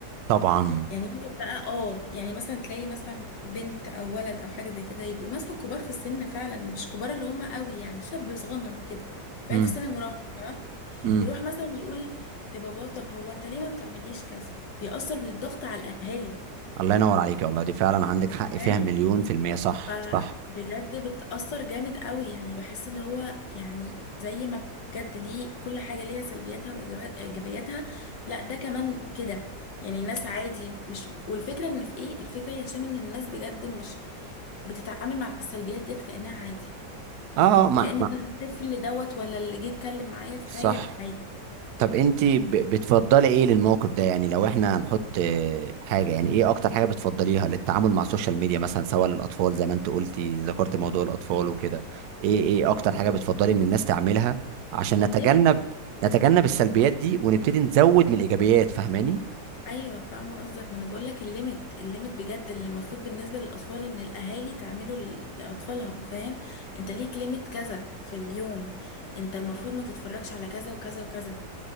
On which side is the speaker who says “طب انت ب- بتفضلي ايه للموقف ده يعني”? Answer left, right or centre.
Right